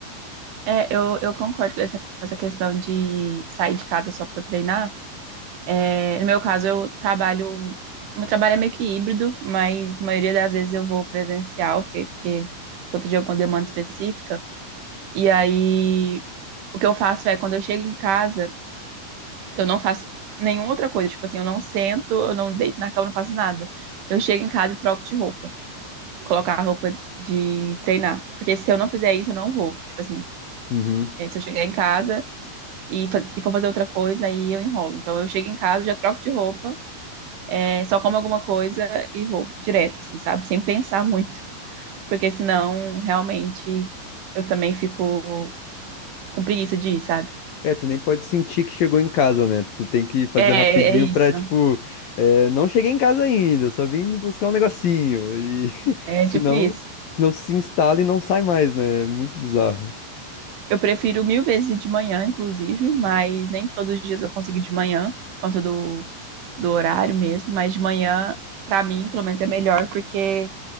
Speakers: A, on the right; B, on the left.
A: É, eu, eu concordo com essa, com essa questão de sair de casa só pra treinar. É, no meu caso, eu trabalho. Meu trabalho é meio que híbrido, mas a maioria das vezes eu vou presencial, porque, porque por conta de alguma demanda específica. E aí, o que eu faço é, quando eu chego em casa, eu não faço nenhuma outra coisa. Tipo assim, eu não sento, eu não deito na cama, eu não faço nada. Eu chego em casa e troco de roupa. colocar a roupa de treinar. Porque se eu não fizer isso, eu não vou. Tipo assim,
B: Uhum.
A: é, se eu chegar em casa e, fa- e for fazer outra coisa, aí eu enrolo. Então eu chego em casa, já troco de roupa, é, só como alguma coisa e vou direto, assim, sabe? Sem pensar muito. Porque senão, realmente, eu também fico com preguiça de ir, sabe?
B: É, tu nem pode sentir que chegou em casa, né? Tu tem que fazer
A: É,
B: rapidinho
A: é isso.
B: pra, tipo, é, não cheguei em casa ainda, só vim buscar um negocinho. E <laughs>
A: É
B: senão,
A: tipo isso.
B: senão tu se instala e não sai mais, né? É muito bizarro.
A: Eu prefiro mil vezes de manhã, inclusive, mas nem todos os dias eu consigo ir de manhã, por conta do, do horário mesmo. Mas de manhã, pra mim, pelo menos é melhor, porque